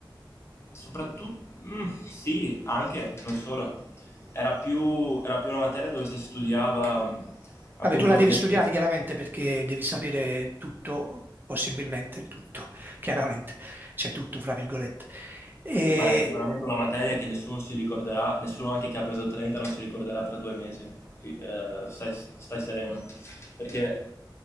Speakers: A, on the left; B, on the right.
A: Soprattutto, mm, sì, anche, non solo. Era più, era più una materia dove si studiava mh, appunto
B: Vabbè, tu la devi
A: l'espressione,
B: studiare chiaramente perché devi sapere tutto, possibilmente tutto, <laughs> chiaramente, cioè tutto fra virgolette. E,
A: ma è sicuramente una materia che nessuno si ricorderà, nessuno anche che ha preso 30 non si ricorderà tra due mesi. Fi- eh, stai, stai sereno, perché